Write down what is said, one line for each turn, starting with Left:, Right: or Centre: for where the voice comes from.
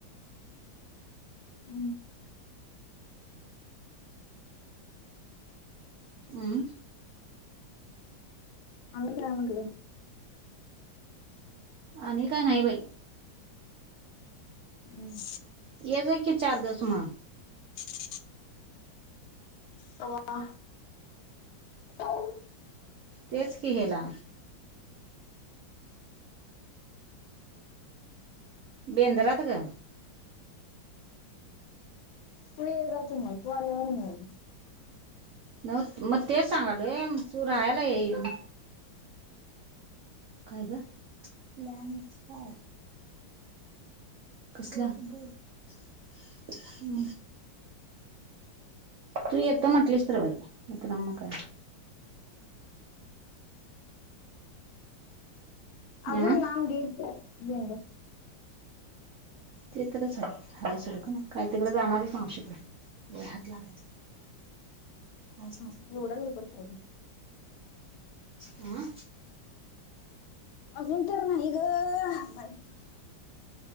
Left: हं,
Right: हम्म
Left: आणि काय म्हटलं?
Right: आणि काय नाही बाई.
Left: अं,
Right: ये गं की चार दिवस म.
Left: <inaudible> कव्हा? <inaudible>
Right: तेच कि हेला, बेंद्रात ग.
Left: तू ये जावत मग. तू आल्यावर मग.
Right: न म तेच सांगालोये तू राहायला ये. काय गं? Plan expire. कसला? हं. तू येकतं म्हटलीस तर बाई. नाही तर म काय?
Left: अजून
Right: अं
Left: लांब गे बेंद्र.
Right: ते तरच आहे. हा सडकं नाय. काय तिकडे जाणारे मावशीकड? ए हात लागलं. नाही.
Left: एवढा लवकर काय अजून
Right: अं?
Left: अजून तर नाही ग बाई.